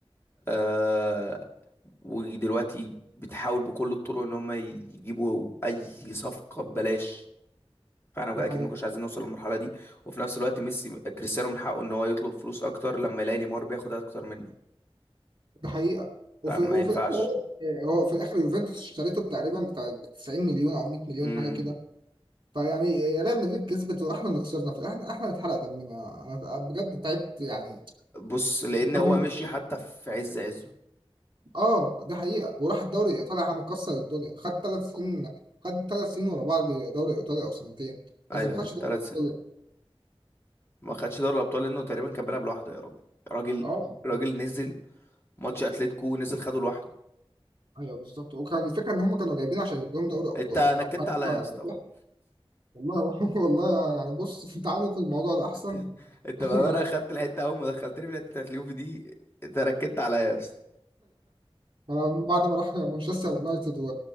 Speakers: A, on the left; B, on the right.
A: آه ودلوقتي بتحاول بكل الطرق ان هم يجيبوا اي صفقة ببلاش فانا
B: دي
A: بقى
B: حقيقه
A: اكيد ما كناش عايزين نوصل للمرحله دي وفي نفس الوقت ميسي كريستيانو من حقه ان هو يطلب فلوس اكتر لما يلاقي نيمار بياخد اكتر منه
B: دي حقيقه وفي
A: فما
B: وفي
A: ينفعش
B: الاخر هو هو في الاخر يوفنتوس اشتريته تقريبا بتاع 90 مليون او 100 مليون
A: امم
B: حاجه كده فيعني ريال مدريد كسبت واحنا اللي خسرنا في الاخر احنا اللي اتحرق دمنا انا بجد تعبت يعني ما
A: بص لان
B: تفكرنيش
A: هو مشي حتى في عز عزه
B: اه دي حقيقة وراح الدوري الإيطالي عم مكسر الدنيا خد ثلاث سنين خد ثلاث سنين ورا بعض دوري إيطاليا أو سنتين
A: ايوه
B: بس ما خدش دوري
A: ثلاث سنين
B: إيطاليا
A: ما خدش دوري الابطال لانه تقريبا كان بيلعب لوحده يا راجل راجل
B: اه اه
A: راجل نزل ماتش اتلتيكو نزل خده لوحده
B: ايوه بالظبط وكان الفكرة إن هم كانوا جايبين عشان يجيب لهم دوري
A: انت
B: أبطال
A: نكدت عليا
B: أنا-
A: يا اسطى ورم.
B: والله <laughs> والله يعني بص أنت عارف الموضوع ده أحسن
A: انت انت
B: <laughs>
A: بامانه خدت الحته اول ما دخلتني في الحته بتاعت اليوفي دي انت نكدت عليا يا اسطى
B: أنا من بعد ما راح مانشستر يونايتد و...